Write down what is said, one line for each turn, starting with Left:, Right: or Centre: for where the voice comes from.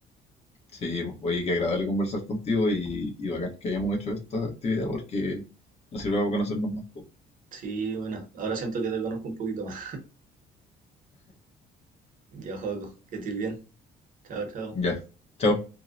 Left: Sí, pues oye, qué agradable conversar contigo y, y bacán que hayamos hecho esta actividad porque nos sirve para conocernos más. po.
Right: Sí, bueno, ahora siento que te conozco un poquito más. Yo, juego. que estoy bien. Chao, chao.
Left: Ya, chao.